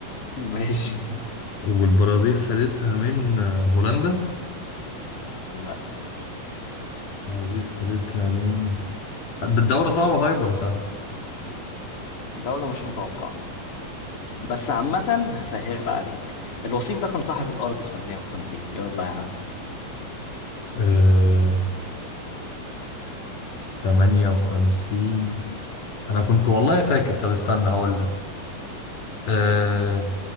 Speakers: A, on the left; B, on the left.
A: <laughs> ماشي
B: والبرازيل خدتها من آه، هولندا
A: لا
B: البرازيل خدتها من بالدوره صعبه طيب ولا سهله؟
A: دولة مش متوقعة بس عامة هسهل عليك الوصيف ده كان صاحب الأرض في 58 يلا يا عم
B: ليه؟ تمانية وخمسين أنا كنت والله فاكر طب استنى هقول لك أه...